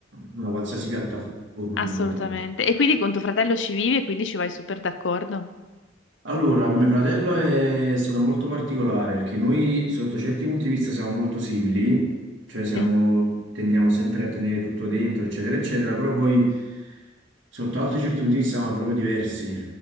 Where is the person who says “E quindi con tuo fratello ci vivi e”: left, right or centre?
Left